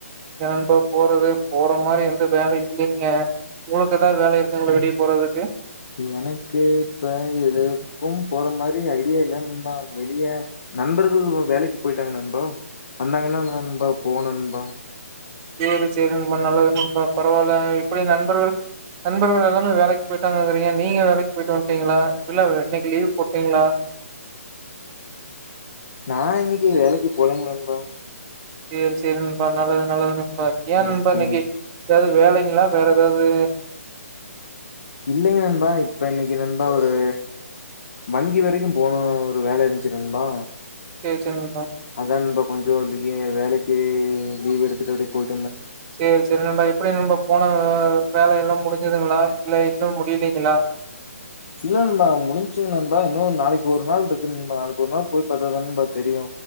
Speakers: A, on the right (about 15°); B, on the left (about 55°).
A: எங்க நண்பா போறது போற மாரி எந்த வேலை இல்லிங்க உங்களுக்குதா வேலை இருக்குங்களா வெளிய போறதுக்கு
B: எனக்கு இப்ப எதுக்கும் போற மாரி ஐடியா இல்ல நண்பா வெளிய நண்பர்கள் வேலைக்கு போயிட்டாங்க நண்பா வந்தாங்கன்னா நண்பா போணு நண்பா
A: சேர் சேர் நண்பா நல்லது நண்பா பரவால்ல இப்டி நண்பர்கள் நண்பர்கள் எல்லாமே வேலைக்கு போயிட்டாங்கங்கறீங்க நீங்க வேலைக்கு போயிட்டு வன்ட்டீங்களா இல்ல இன்னிக்கு லீவ் போட்டீங்களா
B: நா இன்னிக்கு வேலைக்கு போலீங்க நண்பா
A: சேர் சேர் நண்பா நல்லது நல்லதுதா பாத்தியா நண்பா
B: ஓகே
A: இன்னிக்கு ஏதாவது வேலைங்களா வேற ஏதாவது
B: இல்லைங்க நண்பா இப்ப இன்னிக்கு நண்பா ஒரு வங்கி வரைக்கும் போனு ஒரு வேல இருச்சு நண்பா
A: சேர் சேர் நண்பா
B: அதா நண்பா கோயிபத்தூர்லியே வேலைக்கு லீவ் எடுத்துட்டு அப்டியே போயிட்
A: சேர் சேர் நண்பா எப்டி நண்பா போன வே வேல எல்லாம் முடிஞ்சுதுங்களா இல்ல இன்னும் முடியிலீங்களா
B: இல்ல நண்பா முடிஞ்சுங் நண்பா இன்னு நாளைக்கு ஒரு நாள் இருக்கு நண்பா நாளைக்கு ஒரு நாள் போய் பாத்தாதான நண்பா தெரியு